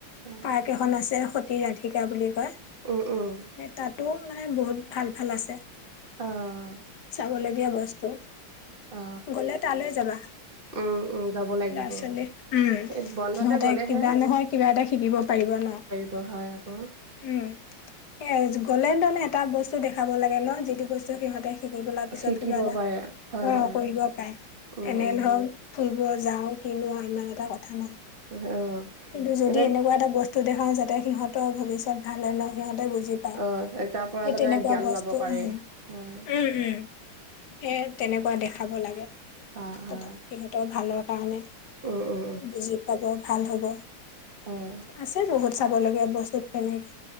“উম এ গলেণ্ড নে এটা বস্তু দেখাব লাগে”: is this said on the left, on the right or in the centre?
Left